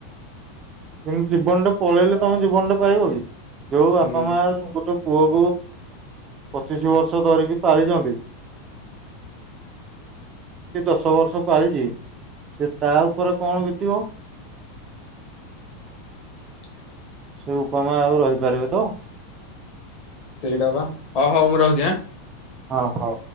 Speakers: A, on the right; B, on the left.
A: କିନ୍ତୁ ଜୀବନଟା ପଳେଇଲେ ତମେ ଜୀବନଟା ପାଇବ କି? ଯଉଁ ବାପା
B: ହୁଁ
A: ମାାର ଗୋଟେ ପୁଅ କୁ ପଚିଶି ବର୍ଷ ଧରିକି ପାଳିଛନ୍ତି, କି ଦଶ ବର୍ଷ ପାଳିଛି, ସେ ତା ଉପରେ କଣ ବିତିବ?
B: <inaudible>
A: ସେ ଉପମା ଆଉ ରହିପାରିବେ ତ?
B: ସେଇଟା ବା, ହଉ ହଉ ମୁଁ ରହୁଚି ଆଁ?
A: ହଉ ହଉ।